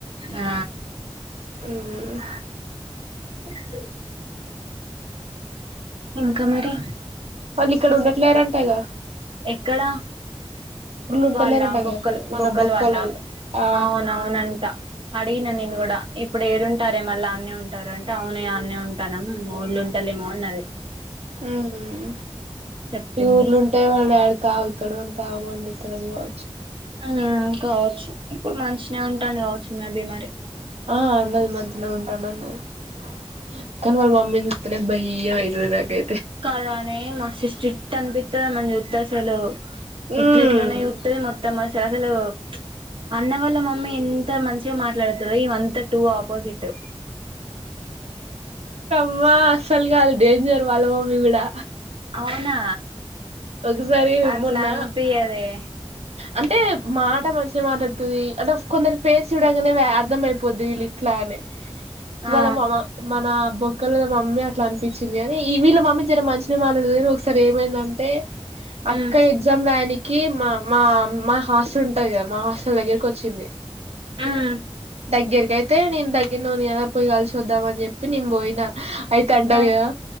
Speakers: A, on the right; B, on the right.
A: ఆ
B: హమ్.
A: <inaudible> ఇంకా మరి.
B: వాళ్ళు ఇక్కడ ఉండట్లేరంటాగా.
A: ఎక్కడ
B: ఉంటలేరంట
A: వాళ్ళా బొక్కల్
B: కదా మన
A: బొక్కల్
B: బొక్కలోళ్ళు
A: వాళ్ల్ళా.
B: ఆ
A: అవునవునంట అడిగిన నేను కూడా ఇప్పుడు ఏరు ఉంటారే మళ్ళా అన్న ఉంటారు. అంటే అవును. అనే ఉంటానం ఊళ్ళు ఉంటాలేమో అన్నది.
B: ఉహ్మ్
A: చెప్పింది
B: ఈ ఊర్లు ఉంటే వాళ్ళు డాడ్. తాగుతాడు అంత ఆగం ఆగం చెతాడు కాచ్చు.
A: ఆ కావచ్చు ఇప్పుడు మంచిన ఉంటాను కావచ్చు మేబీ మరి.
B: ఆ అన్నది మంచినే ఉంటాను అన్నది మమ్మీనీ భయం అయితది నాకే
A: కాదానే మస్తు స్ట్రిక్ట్ అనిపిత్తది ఆమె నీ చూస్తే అసలు ఇట్ల
B: ఉమ్
A: ఎట్లానో చూత్తది మొత్తం అస అసలు అన్న వాళ్ళ మమ్మీ ఎంత మంచిగా మాట్లాడుదదో ఈమె అంత టూ ఆపోజిట్.
B: అమ్మా అస్సలు కాదు డేంజర్ వాళ్ళ మమ్మీ కూడా.
A: అవునా
B: ఒకసారి
A: అట్లా
B: మొన్న
A: అనిపియ్యదే
B: అంటే మాట మంచినే మాట్లాడుతది అంటే కొందరు ఫేస్ చూడాంగానే అర్థం అయి. పొద్దు వీళ్ళు ఇట్లా అనే
A: ఆ
B: వాళ మ మన బొ క్కల మమ్మీ అట్లా అనిపించింది కా, ఈ వీళ్ళ మమ్మీ జర మంచినే మాట్లాడదు కాని ఒకసారి ఏమైందంటే. అక్క
A: మ్
B: ఎగ్జామ్ రాయనికి మా మా మా హాస్టల్ ఉంటయి కదా మా హాస్టల్ దగ్గరకి వచ్చింది
A: ఉమ్
B: దగ్గరకయితే నేను దగ్గర నూనె కదా పోయి కలిసి వద్దాం అని చెప్పి నేను పోయినా. అయితే అంటంది
A: ఆ
B: కదా